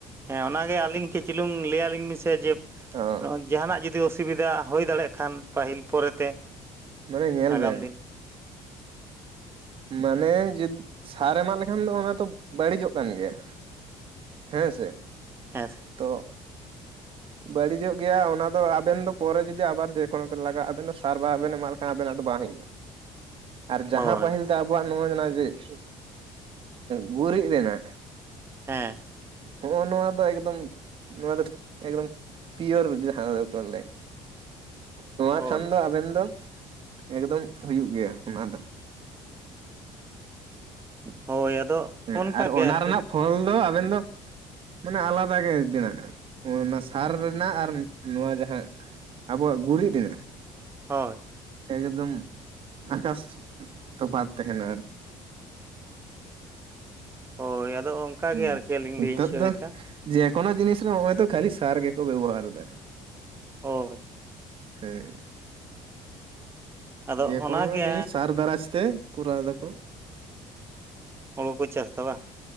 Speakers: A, on the right (about 20°); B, on the right (about 50°).
A: ᱦᱮᱸ ᱚᱱᱟᱜᱮ ᱟᱹᱞᱤᱧ ᱠᱟᱹᱡ ᱪᱩᱞᱩᱝ ᱞᱟᱹᱭᱟ ᱟᱹᱞᱤᱧ ᱵᱤᱱ ᱥᱮ ᱡᱮ
B: ᱚ
A: ᱡᱟᱦᱟᱱᱟᱜ ᱡᱩᱫᱤ ᱚ ᱥᱩᱵᱤᱫᱟ ᱦᱩᱭ ᱫᱟᱲᱮᱭᱟᱜ ᱠᱷᱟᱱ ᱯᱟᱹᱦᱤᱞ ᱯᱚᱨᱮᱛᱮ
B: ᱢᱟᱱᱮ ᱧᱮᱞ
A: ᱟᱜᱟᱢ
B: ᱢᱮ
A: ᱫᱤᱱ
B: ᱢᱟᱱᱮ ᱡᱩᱫ ᱥᱟᱨ ᱮᱢᱟᱜ ᱞᱮᱠᱷᱟᱱ ᱫᱚ ᱚᱱᱟ ᱛᱚ ᱵᱟᱹᱲᱤᱡᱚᱜ ᱠᱟᱱ ᱜᱮᱭᱟ᱾ ᱦᱮᱸ ᱥᱮ
A: ᱦᱮᱸ
B: ᱛᱚ ᱵᱟᱹᱲᱤᱡᱚᱜ ᱜᱮᱭᱟ ᱚᱱᱟᱫᱚ ᱟᱵᱮᱱ ᱫᱚ ᱯᱚᱨᱮ ᱡᱩᱫᱤ ᱟᱵᱟᱨ ᱡᱮᱠᱳᱱᱳ ᱵᱮᱱ ᱞᱟᱜᱟᱜᱼᱟ ᱟᱵᱱᱟᱜ ᱥᱟᱨᱵᱟ ᱵᱮᱱ ᱮᱢᱟᱜ ᱞᱮᱠᱷᱟᱱ ᱟᱵᱮᱱᱟᱜ ᱫᱚ ᱵᱟᱝ ᱦᱩᱭᱩᱜᱼᱟ᱾ ᱟᱨ ᱡᱟᱦᱟᱸ
A: ᱦᱳᱭ
B: ᱯᱟᱹᱦᱤᱞ ᱟᱵᱚᱣᱟᱜ ᱱᱚᱜ ᱡᱮ ᱜᱩᱨᱤᱡ ᱨᱮᱱᱟᱜ
A: ᱦᱮᱸ
B: ᱦᱚᱸᱜᱼᱚ ᱱᱚᱣᱟ ᱫᱚ ᱮᱠᱫᱚᱢ ᱱᱚᱣᱟ ᱫᱚ ᱮᱠᱫᱚᱢ ᱯᱤᱭᱤᱭᱳᱨ ᱡᱟᱦᱟᱸ ᱫᱚᱠᱚ ᱞᱟᱹᱭ
A: <inaudible>
B: ᱱᱚᱣᱟ
A: ᱦᱳᱭ
B: ᱠᱷᱟᱱ ᱫᱚ ᱟᱵᱮᱱ ᱫᱚ ᱮᱠᱫᱚᱢ ᱦᱩᱭᱩᱜ ᱜᱮᱭᱟ ᱚᱱᱟ ᱫᱚ
A: ᱦᱳᱭ ᱟᱫᱚ
B: ᱦᱮᱸ
A: ᱚᱱᱠᱟᱜᱮ
B: ᱟᱨ ᱚᱱᱟ
A: ᱟᱨᱠᱤ
B: ᱨᱮᱱᱟᱜ ᱯᱷᱚᱞ ᱫᱚ ᱟᱵᱮᱱ ᱫᱚ ᱢᱟᱱᱮ ᱟᱞᱟᱫᱟ ᱜᱮ ᱵᱮᱱᱟᱜᱼᱟ ᱚᱱᱟ ᱥᱟᱨ ᱨᱮᱱᱟᱜ ᱟᱨ ᱱᱚᱣᱟ ᱡᱟᱦᱟᱸ ᱟᱵᱚᱣᱟᱜ ᱜᱩᱨᱤᱡ ᱨᱮᱱᱟᱜ
A: ᱦᱳᱭ
B: ᱮᱠᱫᱚᱢ ᱟᱠᱟᱥ ᱛᱚᱯᱷᱟᱫ ᱛᱟᱦᱮᱱᱟ ᱟᱨᱠᱤ
A: ᱦᱳᱭ ᱟᱫᱚ ᱚᱱᱠᱟ
B: ᱦᱩᱸ
A: ᱜᱮ ᱟᱨᱠᱤ ᱟᱹᱞᱤᱧ
B: ᱱᱤᱛᱚᱜ
A: ᱞᱟᱹᱭ ᱚᱪᱚᱭ
B: ᱫᱚ
A: ᱫᱟ᱾
B: ᱡᱮᱠᱳᱱᱳ ᱡᱤᱱᱤᱥ ᱨᱮ ᱦᱚᱜ-ᱚᱭ ᱛᱚ ᱠᱷᱟᱹᱞᱤ ᱥᱟᱨ ᱜᱮᱠᱚ ᱵᱮᱵᱚᱦᱟᱨ ᱫᱟ᱾
A: ᱦᱳᱭ
B: ᱦᱮᱸ
A: ᱟᱫᱚ
B: ᱡᱮᱠᱳᱱᱳ
A: ᱚᱱᱟᱜᱮ
B: ᱡᱤᱱᱤᱥ ᱥᱟᱨ ᱫᱟᱨᱟᱥ ᱛᱮ ᱠᱚᱨᱟᱣ ᱫᱟᱠᱚ
A: ᱦᱳᱲᱳ ᱠᱚ ᱪᱟᱥ ᱫᱟ ᱵᱟᱝ